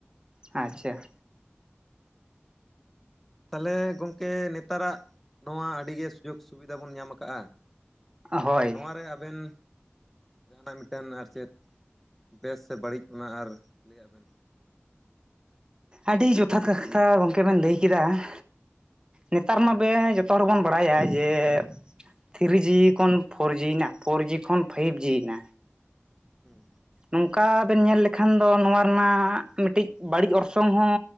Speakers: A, on the right; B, in the centre.
A: ᱟᱸᱪᱷᱟ
B: ᱛᱟᱦᱞᱮ ᱜᱚᱢᱠᱮ ᱱᱮᱛᱟᱨᱟᱜ ᱱᱚᱣᱟ ᱟᱹᱰᱤᱜᱮ ᱥᱩᱡᱳᱜᱽ ᱥᱩᱵᱤᱫᱷᱟ ᱵᱚᱱ ᱧᱟᱢ ᱟᱠᱟᱜᱼᱟ ᱾
A: ᱦᱳᱭ
B: ᱱᱚᱣᱟᱨᱮ ᱟᱵᱮᱱ ᱡᱟᱦᱟᱱᱟᱜ ᱢᱤᱫᱴᱮᱱ ᱟᱨ ᱪᱮᱫ ᱵᱮᱥ ᱥᱮ ᱵᱟᱹᱲᱤᱡ ᱚᱱᱟ ᱟᱨ ᱞᱟᱹᱭᱟᱜ ᱵᱮᱱ
A: ᱟᱹᱰᱤ ᱡᱚᱛᱷᱟᱛ ᱠᱟ-ᱠᱟᱛᱷᱟ ᱜᱚᱝᱠᱮ ᱵᱮᱱ ᱞᱟᱹᱭ ᱠᱮᱫᱟ ᱾ ᱱᱮᱛᱟᱨ ᱢᱟᱵᱮ ᱡᱚᱛᱚ ᱦᱚᱲ ᱵᱚᱱ ᱵᱟᱲᱟᱭᱟ ᱡᱮ ᱛᱷᱤᱨᱤ ᱡᱤ ᱠᱷᱚᱱ ᱯᱷᱳᱨ ᱡᱤ ᱮᱱᱟ ᱯᱷᱳᱨ ᱡᱤ ᱠᱷᱚᱱ ᱯᱷᱟᱭᱤᱵᱷ ᱡᱤ ᱮᱱᱟ
B: ᱦᱩᱸ
A: ᱱᱚᱝᱠᱟᱻ ᱵᱮᱱ ᱧᱮᱞ ᱞᱮᱠᱷᱟᱱ ᱫᱚ ᱱᱚᱣᱟ ᱨᱮᱱᱟᱜᱻ ᱢᱤᱫᱴᱤᱡ ᱵᱟᱲᱤᱡ ᱚᱨᱥᱚᱝ ᱦᱚᱸᱻ